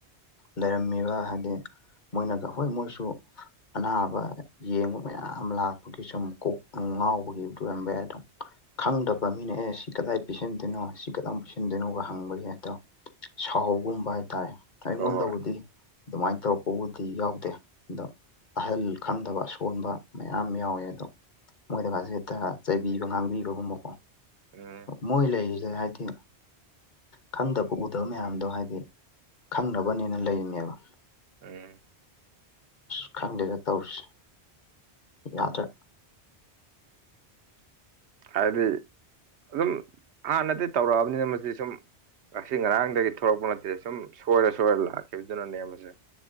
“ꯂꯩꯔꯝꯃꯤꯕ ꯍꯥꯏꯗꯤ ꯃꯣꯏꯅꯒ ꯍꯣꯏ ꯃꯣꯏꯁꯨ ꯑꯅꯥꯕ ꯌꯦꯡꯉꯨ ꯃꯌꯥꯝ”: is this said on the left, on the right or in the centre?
Left